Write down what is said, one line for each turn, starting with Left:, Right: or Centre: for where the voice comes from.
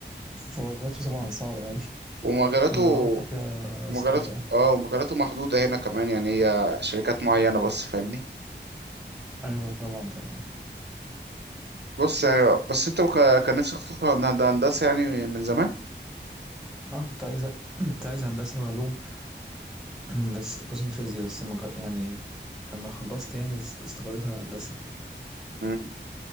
Centre: فورماته طبعا صعبة يعني
Right: ومجالاته
Centre: <laughs> والغلطة فيها
Right: ومجالاته
Centre: صعبة اه.
Right: اه ومجالاته محدودة هنا كمان يعني هي شركات معينة بس فاهمني
Centre: أيوة طبعا طبعا
Right: بص يعني بس انت وك- كان نفسك تدخل هند- هندسة يعني من زمان
Centre: اه كنت عايز أ- <clears throat> كنت عايز هندسة وعلوم <clears throat> بس قسم فيزياء بس ما جا- يعني لما خلصت يعني اس- استقريت على هندسة
Right: مم.